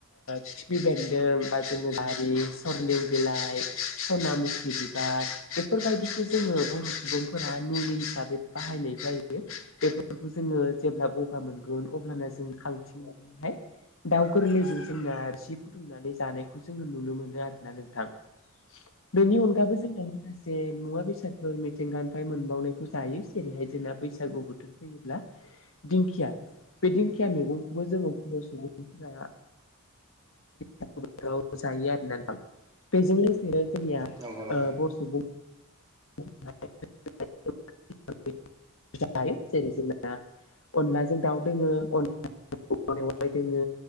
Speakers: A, on the left; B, on the right.
A: खिफि बेन्दों बा जोङो बारि सरलिं बिलाइ सना मु नि बिबार बेफोरबायदिखौ जोङो बर' सुबुंफोरा मुलि हिसाबै बाहायनाय जायो बेफोरखौ जोङो जेब्ला गगा मोनगोन अब्लाना जों खांथिंनानैहाय दाउ गोरलैजों जोंना रोसि फुदुंनानै जानायखौ जोङो नुनो मोनो आरो ना नोंथां बेनि अनगा बो जोंना माखासे मुवा बेसादफोर मिथिंगानिफ्राय मोनबावनायखौ जायो जेरैहाय जोंना बैसागु बोथोर बोथोर फैयोब्ला
B: <inaudible>
A: दिंखिया बे दिंखिया मैगंखौबो जोङो बर' सुबुंफोरा बैसागो बोथोराव जायो आरोना नोंथां बेजों लोगोसे जोंनिया
B: नंगौ नंगौ नोंथां नंगौ नोंथां नंगौ नोंथां
A: ओ बर' सुबुं <unintelligible> <unintelligible> जेरै जोंना अनलाजों दाउ दोङो अन <unintelligible> एवनाय जायो